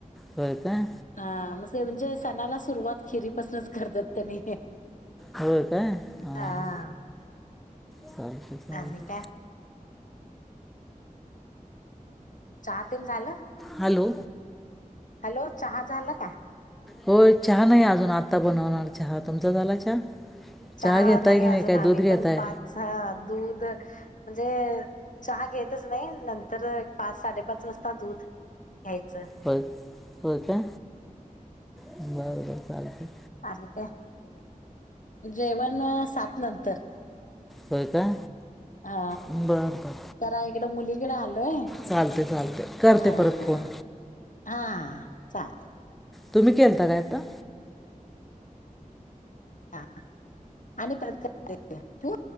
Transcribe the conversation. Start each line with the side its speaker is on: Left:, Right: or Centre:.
Centre: होय काय
Left: हा म म्हणजे सणाला सुरुवात खिरीपासूनच करतात त्यांनी
Centre: हो काय ह ह
Left: हा
Centre: चालते, चालते
Left: आणि काय चहा ते झालं?
Centre: हॅलो
Left: हॅलो चहा झालं का?
Centre: होय चहा नाही अजून आता बनवणार चहा तुमचा झाला चहा
Left: चहा
Centre: घेताय
Left: नाही
Centre: की
Left: अजून
Centre: काय
Left: आम्ही
Centre: दूध घेताय
Left: पण पाच दूध म्हणजे चहा घेतच नाही नंतर पाच, साडेपाच वाजता दूध घ्यायचं
Centre: चालताय हो का बरं बर चालतय
Left: आणि काय जेवण सात नंतर
Centre: होय का
Left: हा
Centre: बरं बरं
Left: तर इकडं मुलीकडे आले होय
Centre: चालते चालते करते
Left: ह,
Centre: परत
Left: हा,
Centre: फोन
Left: हा चालेल
Centre: तुम्ही केलता काय आता
Left: हा आणि परत करतो ठेवू